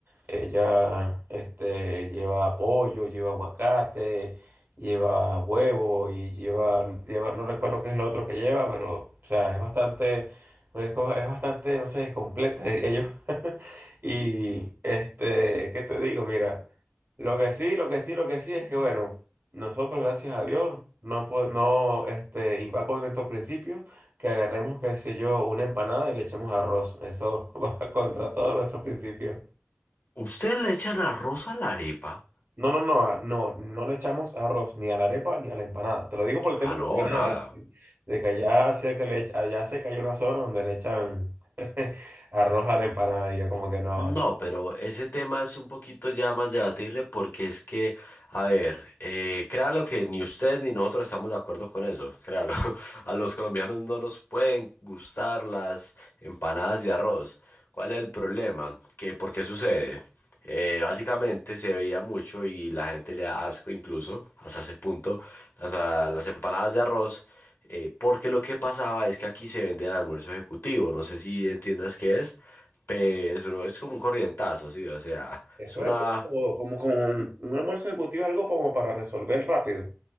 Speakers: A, on the right; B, on the left.
A: Ella, este, lleva pollo, lleva aguacate, lleva huevo y lleva, lleva, no recuerdo qué es lo otro que lleva, pero, o sea, es bastante, pues, co- es bastante, no sé, completa, diría yo. <laughs> Y, este, ¿qué te digo? Mira, lo que sí, lo que sí, lo que sí es que, bueno, nosotros, gracias a Dios, no, po- no, este, y va con estos principios, que agarremos, qué sé yo, una empanada y le echemos arroz. Eso <laughs> va contra todos nuestros principios.
B: ¿Ustedes le echan arroz a la arepa?
A: No, no, no, no, no le echamos arroz ni a la arepa ni a la empanada. Te lo digo por el
B: Ah,
A: tema de
B: no,
A: la empanada,
B: nada.
A: de que allá sé que le echa- allá sé que hay una zona donde le echan <laughs> arroz a la empanada y yo como que no.
B: No, pero ese tema es un poquito ya más debatible porque es que, a ver, eh, créalo que ni usted ni nosotros estamos de acuerdo con eso, créalo. <laughs> A los colombianos no nos pueden gustar las empanadas de arroz. ¿Cuál es el problema? ¿Qué, por qué sucede? Eh, básicamente se veía mucho y la gente le da asco incluso, hasta ese punto, las, a- las empanadas de arroz, eh, porque lo que pasaba es que aquí se vende el almuerzo ejecutivo, no sé si entiendas qué es. Pero es como un corrientazo, sí, o sea,
A: Eso
B: es una...
A: es como, como, como un, un almuerzo ejecutivo, algo como para resolver rápido.